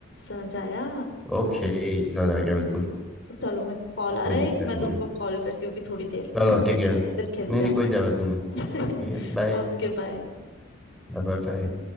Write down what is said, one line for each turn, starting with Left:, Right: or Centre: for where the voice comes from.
Left: समझ आया
Centre: ओके समझ आ गया बिल्कुल
Left: चलो मेरे को कॉल आ
Centre: कोई
Left: रहा है
Centre: दिक्कत
Left: एक मैं
Centre: नहीं
Left: तुमको
Centre: है
Left: कॉल करती हूँ अभी थोड़ी देर में
Centre: चलो ठीक
Left: फिर से
Centre: है नहीं
Left: फिर खेलते
Centre: नहीं
Left: हैं
Centre: कोई
Left: अपन
Centre: जरूरत नहीं है ठीक है बाय
Left: <laughs> Okay bye
Centre: Bye bye